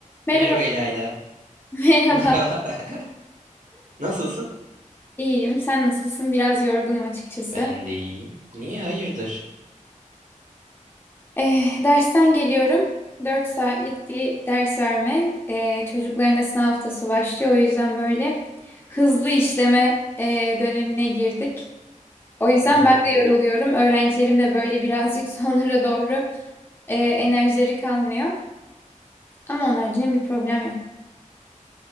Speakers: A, on the left; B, on the right.
A: Merhaba,
B: Merhaba İlayda.
A: <laughs> merhaba.
B: Merhaba. <laughs> Nasılsın?
A: İyiyim. Sen nasılsın? Biraz yorgunum açıkçası.
B: Ben de iyiyim. Niye hayırdır?
A: Eh, dersten geliyorum. 4 saatlik bir ders verme. Eh, çocukların da sınav haftası başlıyor. O yüzden böyle hızlı işleme eh, dönemine girdik. O yüzden
B: Ne Anladım.
A: ben de yoruluyorum. Öğrencilerim de böyle birazcık <laughs> sonlara doğru eh, enerjileri kalmıyor. Ama onun haricinde bir problem yok.